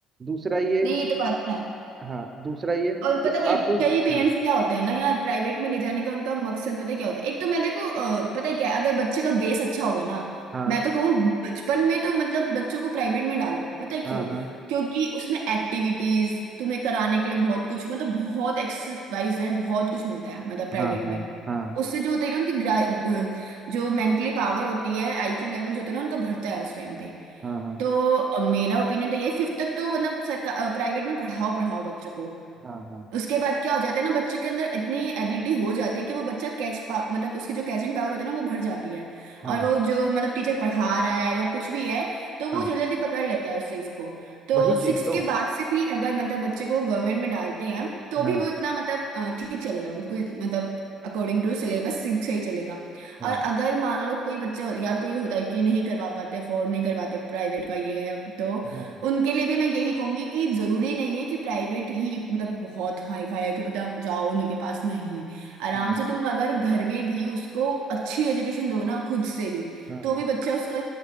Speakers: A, on the right; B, on the right.
A: दूसरा ये
B: नहीं ये तो बात है
A: हाँ दूसरा ये
B: और
A: कि
B: पता कई
A: अब
B: कई पेरेंट्स
A: हाँ
B: क्या होते हैं ना यार प्राइवेट में ले जाने का उनका मकसद पता क्या होता है एक तो मैं देखो अ, पता है क्या है, अगर बच्चे का बेस अच्छा होगा ना
A: हाँ
B: मैं तो कहूँ बचपन में तो मतलब बच्चों को प्राइवेट में डालो पता है
A: हाँ
B: क्यों
A: हाँ
B: क्योंकि उसमें एक्टिविटीज तुम्हें कराने के लिए बहुत कुछ मतलब बहुत एक्सरसाइज जेड बहुत कुछ मिलता है मतलब प्राइवेट
A: हाँ हाँ
B: में
A: हाँ
B: उससे जो होता है ना उनकी ग्रा- अ, जो मेंटली पावर होती है आईक्यू लेवल जो होता है ना उनका बढ़ता है उस टाइम पे
A: हाँ हाँ
B: तो अ, मेरा ओपिनियन तो ये फिफ्थ तक तो मतलब सरकार प्राइवेट में पढ़ाओ पढ़ाओ बच्चों को
A: हाँ
B: उसके बाद क्या हो जाता है ना बच्चे के अंदर इतनी एबिलिटी हो जाती है कि वो बच्चा कैच पा मतलब उसकी जो कैचिंग पावर होती है ना वो बढ़ जाती है
A: हाँ
B: और
A: हाँ
B: वो जो मतलब टीचर पढ़ा रहा है या कुछ भी है तो वो
A: हाँ
B: जल्दी जल्दी पकड़ लेता है उस चीज को तो
A: वही चीज
B: सिक्स्थ
A: तो
B: के बाद से भी अगर मतलब बच्चे को गवर्नमेंट में डालते हैं तो
A: हाँ
B: भी वो इतना मतलब अ, ठीक चलेगा बिल्कुल मतलब अकॉर्डिंग टू सिलेबस सिक्स से ही चलेगा
A: हाँ
B: और अगर मान लो कोई बच्चा यार कोई होता है कि नहीं करवा पाते अफोर्ड नहीं करवाते प्राइवेट का ये है तो
A: हाँ
B: उनके लिए भी मैं यही कहूंगी कि जरूरी नहीं है कि प्राइवेट ही मतलब बहुत हाई फाई है कि बताओ जाओ उन्हीं के पास नहीं आराम
A: हाँ
B: से तुम अगर घर में भी उसको अच्छी एजुकेशन दो ना खुद से भी
A: हाँ
B: तो
A: हाँ
B: भी बच्चा उसका